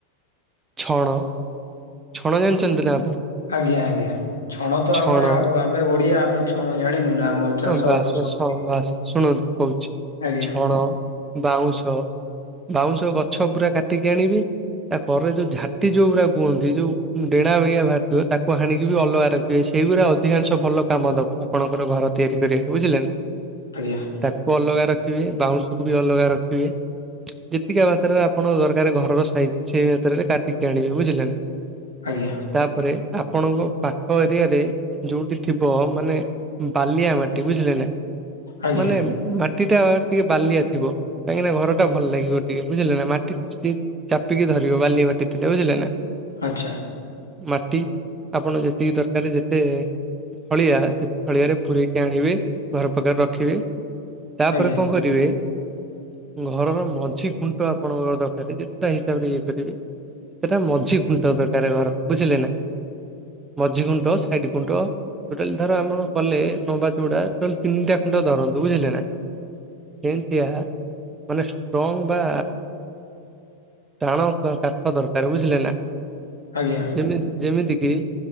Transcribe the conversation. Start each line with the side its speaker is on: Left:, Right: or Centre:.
Right: ଛଣ ଛଣ ଜାଣିଚନ୍ତିନା ଆପଣ?
Left: ଆଜ୍ଞା ଆଜ୍ଞା ଛଣତ
Right: ଛଣ
Left: ଆମେ ଆଉ ଆମେ ଓଡ଼ିଆ ଆମେ ଛଣ ଜାଣିନୁନା ଆମର ଚାଷ
Right: ବାସ୍
Left: ବାସ
Right: ବାସ୍
Left: ସବୁ
Right: ହଁ
Left: ହୁଏ
Right: ବାସ୍ ଶୁଣନ୍ତୁ କହୁଚି
Left: ଆଜ୍ଞା
Right: ଛଣ ବାଉଁଶ ବାଉଁଶ ଗଛ ପୁରା କାଟିକି ଆଣିବେ। ତାପରେ ଯୋଉ ଝାଟି ଯୋଉଗୁରା କୁହନ୍ତି ଯୋଉ ଡେଣା ବାଗିଆ ଭାରିଥିବ ତାକୁ ହାଣିକିବି ଅଲଗା ର ସେଇଗୁରା ଅଧିକାଂଶ ଭଲ କାମ ଦବ ଆପଣଙ୍କର ଘର ତିଆରି କରିବାରେ ବୁଝିଲେନା।
Left: ଆଜ୍ଞା।
Right: ତାକୁ ଅଲଗା ରଖିବେ ବାଉଁଶକୁବି ଅଲଗା ରଖିବେ ଯେତିକା ମାତ୍ରାରେ ଆପଣ ଦର କାରେ ଘରର ସାଇଜି ସେଇ ମାତ୍ରାରେ କାଟିକି ଆଣିବେ ବୁଝିଲେ ନା।
Left: ଆଜ୍ଞା।
Right: ତାପରେ ଆପଣଙ୍କ ପାଖ ଏରିଆରେ ଯୋଉଠି ଥିବ ମାନେ ବାଲିଆ ମାଟି ବୁଝିଲେନା
Left: ଆଜ୍ଞା
Right: ମାନେ ମାଟିଟା ଟିକେ ବାଲିଆ ଥିବ କାହିଁକିନା ଘରଟା ଭଲ ଲାଗିବ ଟିକେ ବୁଝିଲେନା ମାଟି ସି ଚାପିକି ଧରିବ ବାଲିଆ ମାଟି ଥିଲେ ବୁଝିଲେନା।
Left: ଆଚ୍ଛା।
Right: ମାଟି ଆପଣ ଯେତିକି ଦରକାରେ ଯେତେ ଥଳିଆ ସେତେ ଥଳିଆରେ ପୁୁରେଇକି ଆଣିବେ ଘର ପାଖରେ ରଖିବେ। ତାପରେ
Left: ଆଜ୍ଞା
Right: କଣ କରିବେ ଘରର ମଝି ଖୁଣ୍ଟ ଆପଣଙ୍କର ଦ ଯେତେଟା ହିସାବରେ ଇଏ କରିବେ ସେଟା ମଝି ଖୁଣ୍ଟ ଦରକାର୍ ଘରର ବୁଝିଲେନା ମଝି ଖୁୁଣ୍ଟ ସାଇଟ୍ ଖୁଣ୍ଟ ଟୋଟାଲି ଧର ଆପଣ କଲେ ନମ୍ବା ଚଉଟା ତାହାନେ ତିନିଟା ଖୁଣ୍ଡ ଧରନ୍ତୁ ବୁଝିଲେନା ସେମିତିଆ ମାନେ ଷ୍ଟ୍ରଙ୍ଗ ବା ଟାଣ କାଠ ଦରକାର ବୁଝିଲେ ନା?
Left: ଆଜ୍ଞା।
Right: ଯେମ ଯେମିତି କିି